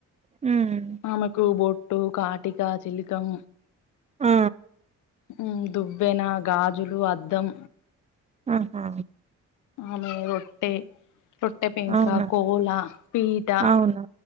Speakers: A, on the right (about 25°); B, on the left (about 80°).
A: హ్మ్
B: ఆమెకు బొట్టు, కాటికా, చిలికం
A: ఆ
B: హు దువ్వెన, గాజులు, అద్దం
A: ఆహా
B: అమే రొట్టె రొట్టె పెంక,
A: అవునా
B: కోలా, పీఠ
A: అవునా